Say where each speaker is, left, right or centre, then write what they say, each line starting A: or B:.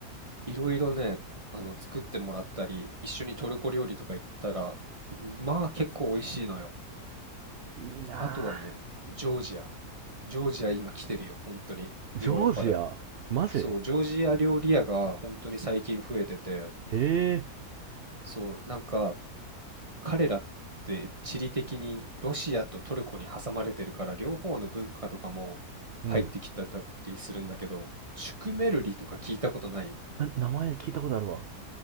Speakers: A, on the right (about 20°); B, on the right (about 85°).
A: いろいろね、あの、作ってもらったり、一緒にトルコ料理とか行ったら、まあ結構美味しいのよ。
B: いいいなあ
A: あとはね、ジョージア。ジョージア今来てるよ、本当に。
B: ジョージアマジ
A: ヨーロッパでも。そう、ジョージア料理屋が本当に最近増えてて、
B: ええ
A: そう、なんか彼らって地理的にロシアとトルコに挟まれてるから、両方の文化とかも入ってきてたりするんだけど、
B: うん。
A: シュクメルリとか聞いたことない
B: な名前聞いたことあるわ。